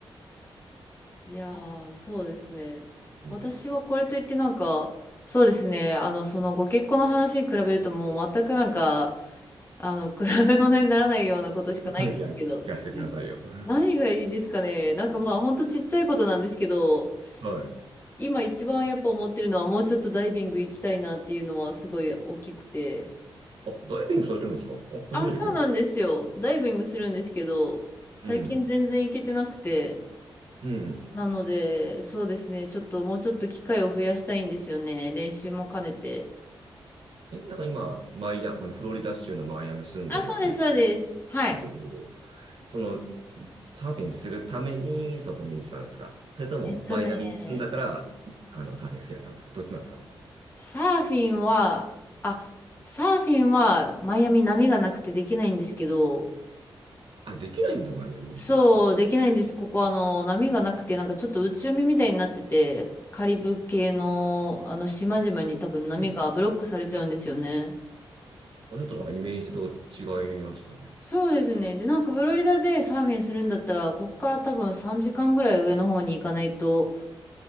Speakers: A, on the left (about 25°); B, on the right (about 60°).
A: いやー、そうですね。
B: うん、
A: 私はこれといってなんか、そうですね。あの、そのご結婚の話に比べるともう全くなんか、あの、比べ物にならないようなことしかないんですけど。
B: <laughs> いや、ぜひ聞かせてくださいよ。<laughs>
A: 何がいいですかね。なんかまあほんとちっちゃいことなんですけど、
B: はい。
A: 今一番やっぱ思ってるのはもうちょっとダイビング行きたいなっていうのはすごい大きくて。
B: あ、ダイビングされてるんですかあ、初めて聞きました。
A: あ、そうなんですよ。ダイビングするんですけど、最近全然行けてなくて。
B: うん。うん。
A: なので、そうですね。ちょっともうちょっと機会を増やしたいんですよね。練習も兼ねて。
B: え、なんか今、マイア、このフロリダ州のマイアミ住んでるっていうこ
A: あ、そうです、そうです。はい。
B: とだけど、その、サーフィンするためにそこにしたんですかそれとも、
A: えっとね、
B: マイアミに住んだから、あの、サーフィンが好きだったんですかどっちなんですかね
A: サーフィンは、あ、サーフィンはマイアミ波がなくてできないんですけど、
B: あ、できないんだ、マイアミ。
A: そう、
B: あ、
A: できないんです。ここ、あの、波がなくて、なんかちょっと内海みたいになってて、カリブ系の、あの、島々に多分波がブロックされちゃうんですよね。
B: そうあちょっとなんかイメージと違いましたね。
A: そうですね。
B: あ、
A: で、なんかフロリダでサーフィンするんだったら、こっから多分3時間ぐらい上の方に行かないと、